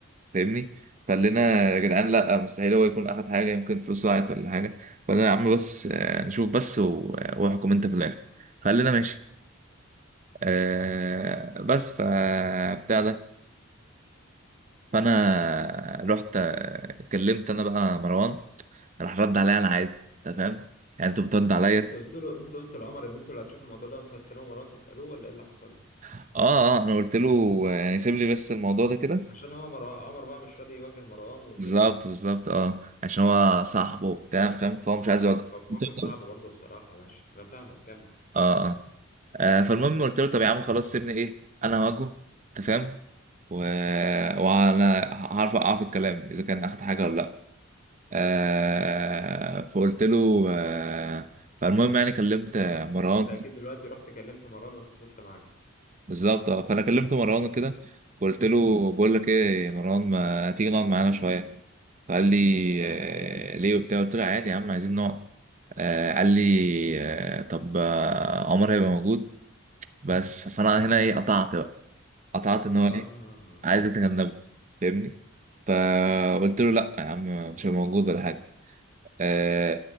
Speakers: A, on the right (about 35°); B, on the left (about 40°).
A: فاهمني فقلنا يا جدعان لا مستحيل هو يكون اخد حاجه يمكن فلوسه ضاعت ولا حاجه فقلنا يا عم بس آه، نشوف بس و- واحكم انت في الاخر فقلنا ماشي آه، بس فبتاع ده فانا رحت آه، كلمت انا بقى مروان راح رد عليا على عادي انت فاهم يعني انت بترد عليا
B: يعني انت قلت له انت قلت لعمر ان انتوا اللي هتشوفوا الموضوع ده وانتوا هتكلموا مروان تسألوه ولا ايه اللي حصل
A: اه اه انا قلت له آه، يعني سيب لي بس الموضوع ده كده
B: عشان هو مرو... عمر بقى مش راضي يواجه مروان وكده
A: بالظبط بالظبط اه عشان هو صاحبه وبتاع فاهم فهو مش عايز يواجهه
B: هو في
A: بتحصل
B: موقف صعب برضه بصراحة ماشي انا فاهمك كمل
A: اه آه فالمهم قلت له طب يا عم خلاص سيبني ايه انا هواجهه انت فاهم و... وانا هعرف اوقع في الكلام اذا كان اخد حاجه ولا لا آه فقلت له آه فالمهم يعني كلمت مروان
B: انت اكيد دلوقتي رحت كلمت مروان واتفصلت معاه
A: بالظبط آه، فانا كلمت مروان وكده وقلت له بقول لك ايه يا مروان ما تيجي نقعد معانا شويه فقال لي آه ليه وبتاع قلت له عادي يا عم عايزين نقعد آه قال لي آه طب آه، عمر هيبقى موجود بس فانا هنا ايه قطعت بقى قطعت ان
B: اه
A: هو ايه عايزة تجنبه فاهمني فقلت له لا يا عم مش هبقى موجود ولا حاجة آه،